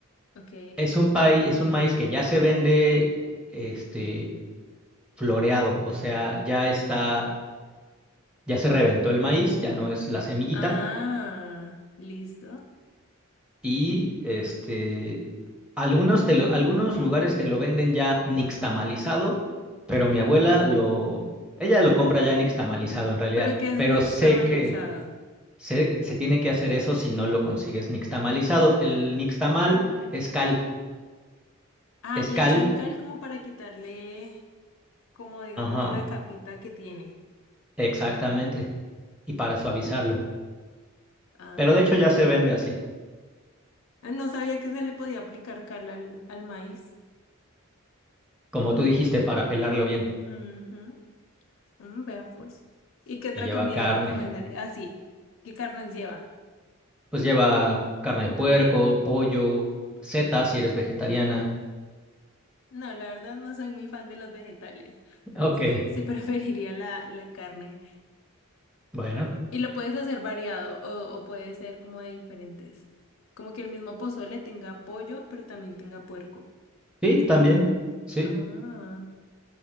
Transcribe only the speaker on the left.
Ok.
Ah, listo.
Pero que es
nixtamalizado.
Ah,
le
echan cal como para quitarle, como digamos,
la capita que tiene.
Ay,
ya.
Ah, No sabía que se le podía aplicar cal al, al maíz.
Ujú, mm, Vea pues. ¿Y qué otra
comida
recomendaría? Ah, sí. ¿Qué carnes lleva?
No, la verdad no soy muy fan de los vegetales. Entonces
sí <laughs> preferiría la, la carne.
Y lo puedes hacer variado o, o puede ser como de diferentes. Como que el mismo pozole tenga pollo, pero también tenga puerco.
¿Sí?
Ah,